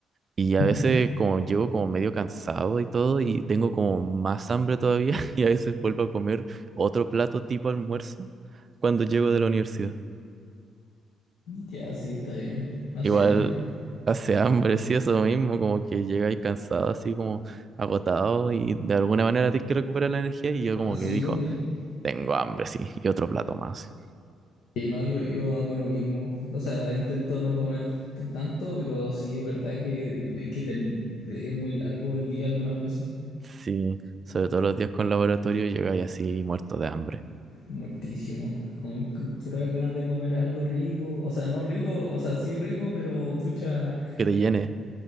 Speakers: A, on the right (about 40°); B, on the left (about 80°).
A: Y a
B: Ujú,
A: veces como llego como medio cansado y todo y tengo como más hambre todavía <laughs> y a veces vuelvo a comer otro plato tipo almuerzo cuando llego de la universidad.
B: Ya, sí, está bien. Así
A: Igual
B: hambre.
A: hace hambre, sí, eso mismo, como que llegáis cansado, así como agotado y de alguna manera tienes que recuperar la energía y yo
B: Ah,
A: como
B: sí,
A: que dijo,
B: bueno, y-
A: tengo hambre, sí, y otro plato más.
B: sí, no, yo, yo hago lo mismo. O sea, intento no comer t- tanto, pero sí es verdad que, es que term- es muy largo el día algunas veces.
A: Sí, sobre todo los días con laboratorio llegáis así muerto de hambre.
B: Muertísimo, con, con puras ganas de comer algo rico, o sea, no rico, o sea, sí rico, pero pucha,
A: Que te llene.